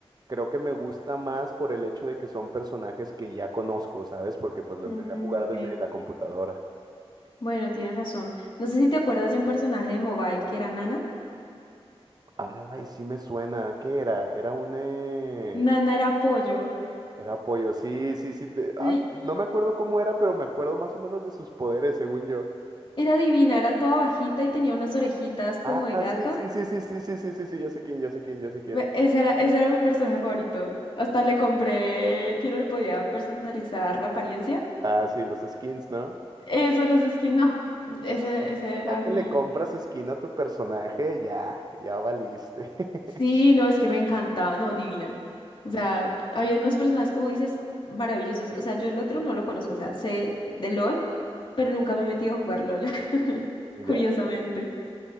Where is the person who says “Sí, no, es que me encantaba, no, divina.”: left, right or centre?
Left